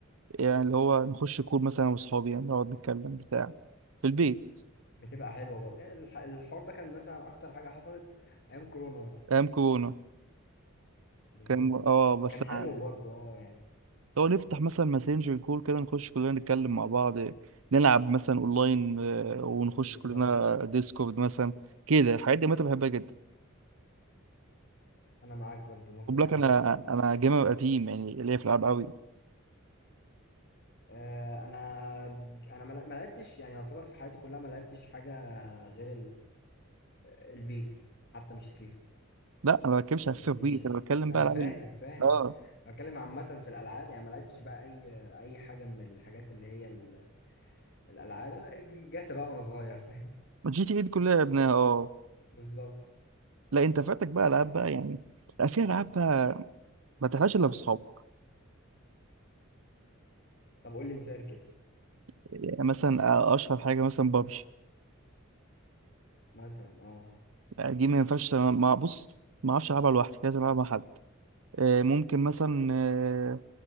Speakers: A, on the right; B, on the left.
A: يعني اللي هو نخش كور مثلا واصحابي يعني نقعد نتكلم بتاع في البيت
B: بتبقى حلوه برضه يعني الح- الحوار ده كان مثلا اكتر حاجه حصلت ايام كورونا مثلا
A: ايام كورونا
B: بالظبط
A: كان اه بس
B: كان
A: آه،
B: حلو برضه اه يعني
A: لو نفتح مثلا ماسنجر كور كده نخش كلنا نتكلم مع بعض نلعب مثلا اونلاين آه، ونخش
B: بالظبط
A: كلنا ديسكورد مثلا كده الحاجات دي متى بحبها جدا
B: انا معاك برضه موافق
A: خد بالك
B: معاك
A: انا
B: في الحوار ده
A: انا جيمر قديم يعني ليا في الالعاب قوي
B: آه انا انا ما ما لعبتش يعني يعتبر في حياتي كلها ما لعبتش حاجه غير البيس حتى مش الفيفا
A: لا انا ما بتكلمش
B: في البلاي
A: على فيفا
B: ستيشن
A: وبيس انا
B: يعني
A: بتكلم
B: انا
A: بقى العاب
B: فاهم
A: ال-
B: فاهم
A: اه
B: بتكلم عامه في الالعاب يعني ما لعبتش بقى اي اي حاجه من الحاجات اللي هي ال- الالعاب جاتا بقى وانا صغير فاهم
A: جي تي اي دي كلها لعبناها اه
B: <laughs> بالظبط
A: لا انت فاتك بقى العاب بقى يعني لا في العاب بقى ما تلعبش الا باصحابك
B: طب قول لي مثال كده
A: يعني مثلا آه، اشهر حاجه مثلا بابجي
B: مثلا اه
A: دي ما ينفعش مع بص ما اعرفش العبها لوحدي لازم العبها مع حد آه، ممكن مثلا آه،